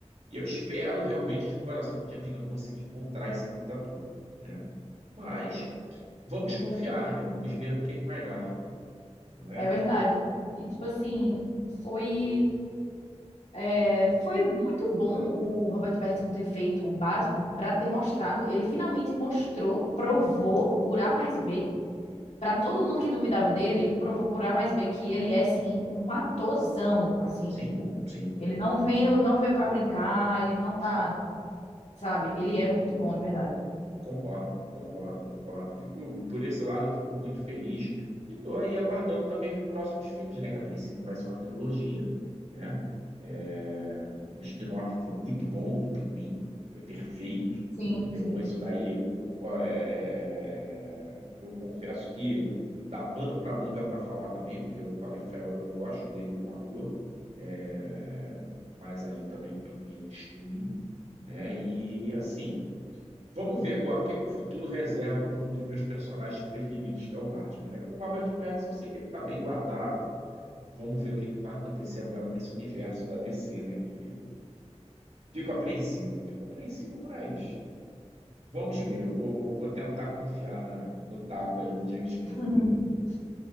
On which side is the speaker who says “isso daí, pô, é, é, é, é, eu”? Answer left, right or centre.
Right